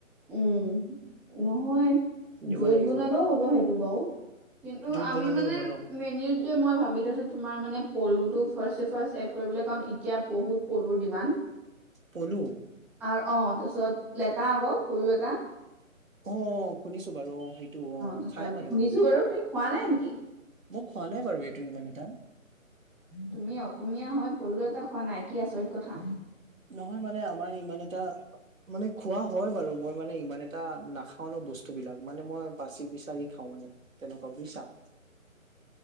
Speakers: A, in the centre; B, on the right (about 70°).
A: উম, নহয়
B: দিব
A: য'ত
B: লাগিব
A: বনালেও হ'ব সেইটো বাও। কিন্তু
B: জুইত
A: আমি
B: বনালেও
A: মানে
B: হ'ব ন
A: মেনুওত মই ভাবি থৈছো তোমাৰ মানে পলুটো ফাৰ্ষ্টে ফাৰ্ষ্ট এড কৰিবলৈ কাৰণ এতিয়া বহুত পলুৰ ডিমান
B: পলু
A: আৰু অ' তাৰপিছত লেটা আক'। পলু লেটা।
B: অ' শুনিছো বাৰু অ' সেইট টো অ'
A: তাৰপিছত
B: খাই মানুহবোৰ,
A: শুনিছো বাৰু তুমি খোৱা নাই নেকি?
B: মই খোৱা নাই বাৰু এইটো ইমান এটা।
A: তুমি অসমীয়া হয় পলু লেটা খোৱা নাই? কি আচৰিত কথা।
B: নহয় মানে আমাৰ ইমান এটা মানে খোৱা হয় বাৰু মই মানে ইমান এটা নাখা খাও ন বস্তুবিলাক, মানে মই বাচি-বিচাৰি খাওঁ মানে তেনেকুৱা বুইছা?